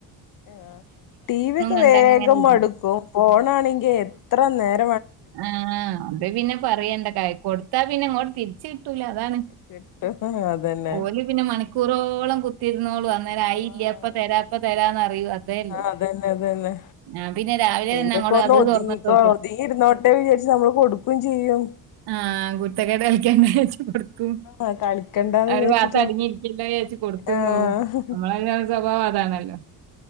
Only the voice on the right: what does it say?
കണ്ടങ്ങനെ
ഇരുന്നു
ആ അത് പിന്നെ പറയണ്ട ക കൊടുത്താ പിന്നെ ഇങ്ങോട്ട് തിരിച്ച കിട്ടൂല അതാണ്
ഓല് പിന്നെ മണിക്കൂറോളം തിരുന്നോളു അന്നേര
ആയി ഇല്ലയപ്പ തരാപ്പ തരാന്ന് അറിയൂ അതേല്ലോ
ആ പിന്നെ രാവിലെ
തന്നെ അങ്ങോട്ട
അത്
തുറന്നട്ടോടുക്കും
ആ കുരുത്തക്കേട് കളിക്കണ്ട വെച്ച് കൊടുക്കും
അവര്
ഭാത്ത അടങ്ങിയിരിക്കല്ലോ
ചച്ച കൊടുത്തു
പോവും നമ്മളതിന സ്വഭാവം നമ്മൾക്ക്